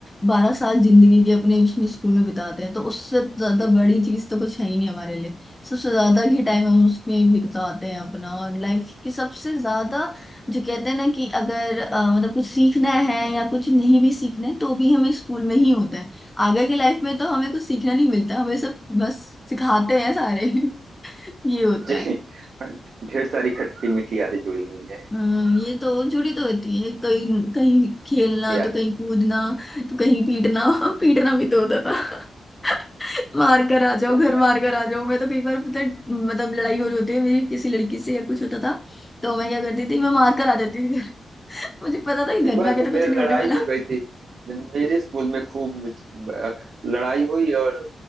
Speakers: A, on the left (about 15°); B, on the right (about 65°).
A: बारह साल जिंदगी के अपने उसमें स्कूल में बिताते हैं तो उससे ज्यादा
B: जी
A: बड़ी
B: जी
A: चीज तो कुछ है ही नहीं हमारे लिए सबसे ज्यादा ही टाइम हम उसमें बिताते हैं अपना और लाइफ की सबसे ज्यादा जो कहते हैं ना कि अगर अ, मतलब कुछ सीखना है या कुछ नहीं भी सीखना है तो भी हमें स्कूल में ही होता है आगे की लाइफ में तो हमें कुछ सीखना नहीं मिलता हमें सब बस सिखाते हैं सारे <laughs> ये होता
B: जी
A: है
B: ढेर सारी खट्टी मीठी यादें जुड़ी हुई हैं
A: हम्म,
B: एकदम
A: ये तो जुड़ी तो होती है कहीं कहीं खेलना
B: से यादें
A: तो कहीं कूदना तो कहीं पीटना <laughs> पीटना भी तो होता था <laughs> मार कर आ
B: अरे
A: जाओ घर
B: हाँ,
A: मार कर आ जाओ मैं तो कई बार पता है, मतलब लड़ाई हो रही होती है मेरी किसी लड़की से या कुछ होता था तो मैं क्या करती थी मैं मार कर आ जाती थी घर <laughs> मुझे पता था कि घर
B: एक बार
A: में आके
B: मेरी
A: तो कुछ नहीं होने
B: लड़ाई
A: वाला
B: हो गई थी मेरे स्कूल में खूब अ, लड़ाई हुई और